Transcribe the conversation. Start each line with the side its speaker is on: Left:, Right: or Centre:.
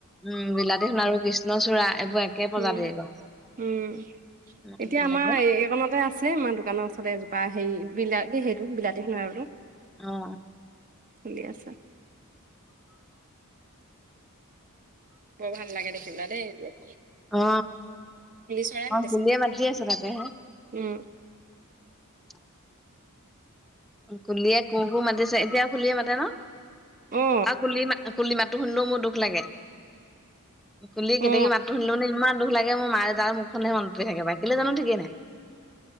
Centre: উম বিলাতী সুনাৰু কৃষ্ণচূড়া এইবোৰ একে প্ৰজাতিৰ
Right: উম
Centre: গছ
Right: উম
Centre: ইমান
Right: এতিয়া
Centre: ভাল
Right: আমাৰ
Centre: লাগে
Right: এই এইকণতে আছে আমাৰ দোকানৰ ওচৰতে এজোপা হেৰি বিলাগে সেইটো বিলতি সোনাৰু আৰু টো
Centre: অ
Right: ফুলি আছে বৰ ভাল লাগে দেখিবলে দেই সেইটো
Centre: অ
Right: চৰাই
Centre: অ
Right: মাতিছে
Centre: কুলিয়ে মাতি আছে তাকে হে
Right: উম
Centre: <inaudible> কুলিয়ে কো কো মাতি আছে এতিয়া খুলিয়ে মাতে ন
Right: অ
Centre: আও কুলি মা কুলি মাতটো শুনেও মোৰ দুখ লাগে কুলি কেতেকী
Right: অ
Centre: মাতো শুনিলে মানে ইমান দুখ লাগে মই মায় তাৰ মুখ খনলেহে মনত পৰি থাকে বা কেলে জানো ঠিকেই নাই